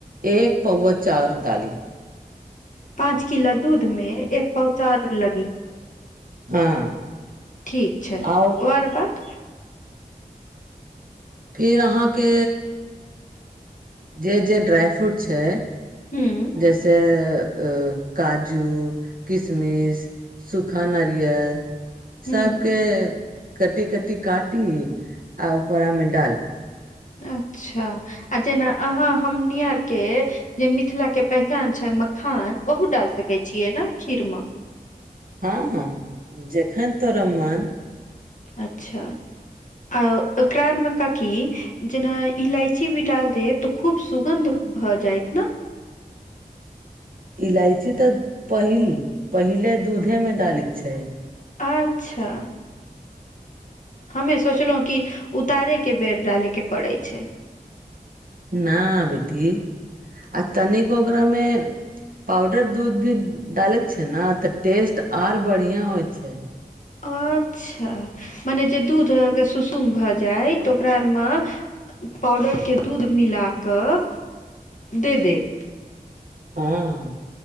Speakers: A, on the right; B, on the left.
A: एक पौवा चॉर डाली
B: पाँच किलो दूध में एक पाव चॉर लगी।
A: हँ।
B: ठीक छै
A: आउ
B: और बात
A: फेर अहाँके जे-जे ड्राय फ्रूट छै,
B: हुँ
A: जैसे अ काजू, किसमिस, सुखा नारियल
B: हुँ
A: सबके कटी-कटी काटी आ ओकरा में डाली।
B: अच्छा आ जेना अहाँ हमनी आरके जे मिथिला के पहचान छै मखान ओहो डाल सकै छियै न खीर मे
A: हँ जेखन तोरा मन
B: अच्छा। आ ओकरा आर में काकी जेना इलायची भी डाल देब त खूब सुगन्ध भऽ जाइत न।
A: ईलायची तऽ पहिल - पहिले दूधे में डालै छै।
B: आच्छा। हमे सोचलहुँ कि उतारैके बेर डालेके पड़ै छै।
A: न बेटी आ तनिक ओकरा में पाउडर दूध भी डाले छै ने तऽ टेस्ट आर बढ़िया होय छै।
B: अच्छा मने जे दूध अहके सुसुम भऽ जाय तऽ ओकरा आरमे पाउडर के दूध मिला कऽ दे देब।
A: हँ।